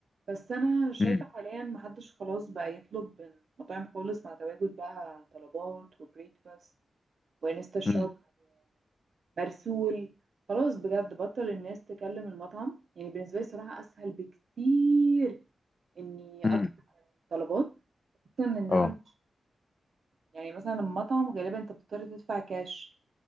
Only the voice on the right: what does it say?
بس انا شايفة
حاليا محدش خلاص بقى يطلب من مطاعم خالص مع تواجد بقى طلبات وبريكفاست وانستا شوب
ومرسول خلاص بجد بطل الناس تكلم المطعم يعني بالنسبة لي صراحة اسهل بكتير اني
طلبات خصوصا ان
انا مش يعني مثلا المطعم غالبا انت بتضطر تدفع كاش